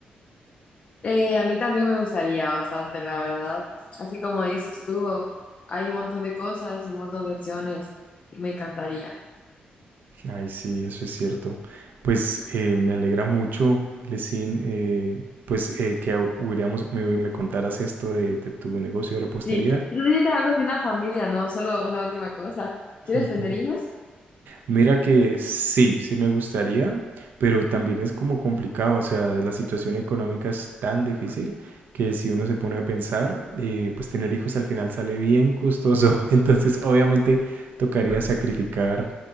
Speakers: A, on the left; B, on the right.
A: Eh, a mí también me gustaría bastante, la verdad. Así como dices tú, hay un montón de cosas y un montón de opciones y me encantaría.
B: Ay, sí, eso es cierto. Pues eh, me alegra mucho, Lesin, eh, pues eh, que hubiéramos- me, me contaras esto de, de tu negocio de repostería.
A: Sí, tú necesitas algo de una familia, no solo una última cosa. ¿Quieres
B: Ujú.
A: tener hijos?
B: Mira que sí, sí me gustaría, pero también es como complicado, o sea, la situación económica es tan difícil que si uno se pone a pensar, eh, pues tener hijos al final sale bien costoso, <laughs> entonces obviamente tocaría sacrificar